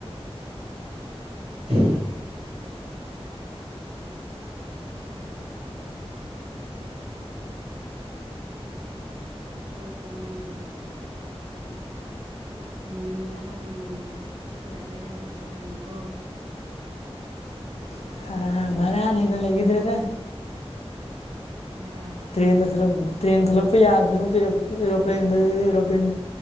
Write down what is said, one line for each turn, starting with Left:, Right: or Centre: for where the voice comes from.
Right: <unintelligible> ꯈꯨꯨꯆꯨ ꯀꯨꯃꯦꯟ ꯃꯨꯅꯤꯡꯗꯕꯒꯤ ꯃꯅꯤꯄꯨꯔꯗ ꯊꯣꯛꯅꯤꯡꯗꯕꯩ ꯊꯕꯛꯇꯤ ꯇꯧꯅꯨꯀꯣ
Left: <unintelligible> ꯕꯔꯅꯤ <unintelligible> ꯪꯂꯩꯒꯤꯗ꯭ꯔꯦꯗ
Right: ꯕꯥꯔꯥ
Left: ꯇ꯭ꯔꯦꯟꯗ ꯊꯣꯂꯛ ꯇ꯭ꯔꯦꯟ ꯊꯣꯛꯂꯛꯄ ꯌꯥꯕꯁꯨ ꯅꯠꯇꯦ <unintelligible> ꯑꯦꯔꯣꯄ꯭ꯂꯦꯟꯗ ꯑꯦꯔꯣꯄ꯭ꯂꯦꯟ